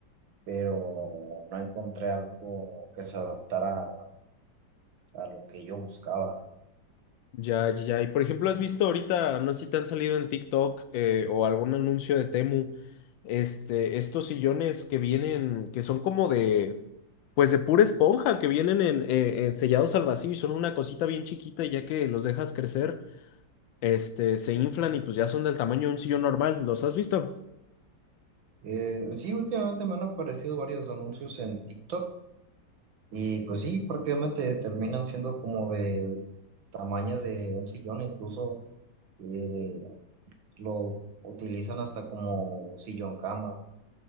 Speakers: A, on the right; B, on the left.
A: pero no encontré algo que se adaptara a, a lo que yo buscaba.
B: Ya, ya, ya. Y por ejemplo, ¿has visto ahorita, no sé si te han salido en TikTok eh, o algún anuncio de Temu, este, estos sillones que vienen, que son como de, pues de pura esponja, que vienen en, eh, en sellados al vacío y son una cosita bien chiquita y ya que los dejas crecer. este, se inflan y pues ya son del tamaño de un sillón normal. ¿Los has visto?
A: Eh, sí, últimamente me han aparecido varios anuncios en TikTok Y pues sí, prácticamente terminan siendo como de tamaño de un sillón, incluso eh, lo utilizan hasta como sillón cama.